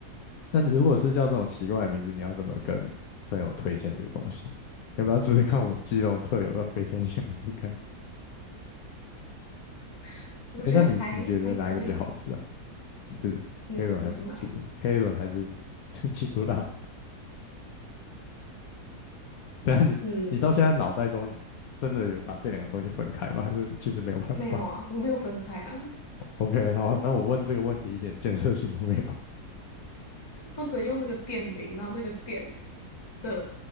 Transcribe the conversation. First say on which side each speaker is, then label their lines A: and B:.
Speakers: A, on the left; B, on the left.
A: 那如果是叫这种奇怪的名字，你要怎么跟朋友推荐这个东西？要不要试试看我们基隆特有的飞天小鱼干？
B: <laughs> 我觉得还还可以。
A: 哎，那你你觉得哪一个比较好吃啊？就是黑轮还是猪？
B: 你说你说哪一？
A: 黑轮还是 <laughs> 尼古拉？等一下你你到现在脑袋中真的有把这两个东西分开吗？
B: 嗯，
A: 还是其实没有办法？
B: 没有啊，我没有分开啊，<laughs>
A: OK，好，那我问这个问题一点建设性都没有。
B: 我只能用那个店名，然后那个店的，